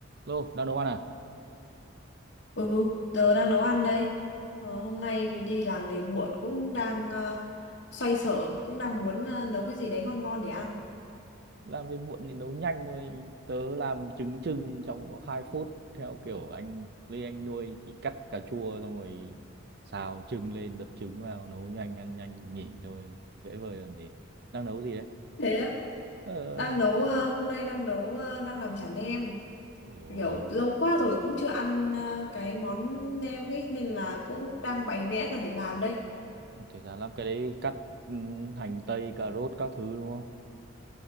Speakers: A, on the right; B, on the left.
A: Lô, đang nấu ăn à?
B: Ừ, giờ đang nấu ăn đây. Ờ, hôm nay vì đi làm về muộn cũng đang ờ, xoay sở, cũng đang muốn ờ, nấu cái gì đấy ngon ngon để ăn.
A: Làm việc muộn thì nấu nhanh thôi. Tớ làm trứng trưng trong có 2 phút theo kiểu anh Lê anh nuôi chỉ cắt cà chua xong rồi xào trứng lên đập trứng vào nấu nhanh ăn nhanh nghỉ thôi. Dễ vời làm gì? Đang nấu gì đấy?
B: Thế á,
A: Ờ,
B: đang nấu ờ, hôm nay đang nấu ờ, đang làm chả nem.
A: ôi rồi.
B: Kiểu lâu quá rồi cũng chưa ăn ờ, cái món nem ấy nên là cũng đang bày vẽ ra để làm đây.
A: Mất thời gian lắm cái đấy cắt ừm, hành tây, cà rốt các thứ đúng không?